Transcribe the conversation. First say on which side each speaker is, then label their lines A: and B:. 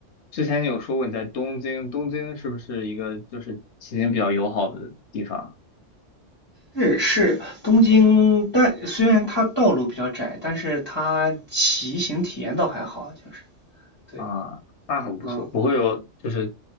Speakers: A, on the left (about 65°); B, on the left (about 20°).
A: 之前你有说过你在东京，东京是不是一个就是骑行比较友好的地方
B: 是是，东京，但虽然它道路比较窄，但是它骑行体验倒还好，就是对，
A: 啊？那很不错，
B: 嗯
A: 不会有就是